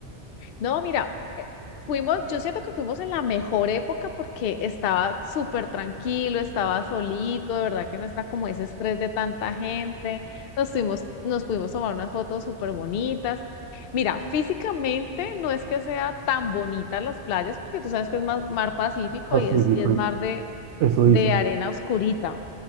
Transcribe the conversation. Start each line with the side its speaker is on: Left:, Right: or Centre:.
Left: No, mira, eh, fuimos, yo siento que fuimos en la mejor época porque estaba súper tranquilo, estaba solito, de verdad que no está como ese estrés de tanta gente. Nos fuimos, nos pudimos tomar unas fotos súper bonitas. Mira, físicamente no es que sea tan bonitas las playas, porque tú sabes que es mar, mar Pacífico
Right: Pacífico.
Left: y es, y es mar de,
Right: Eso
Left: de
Right: dicen,
Left: arena oscurita.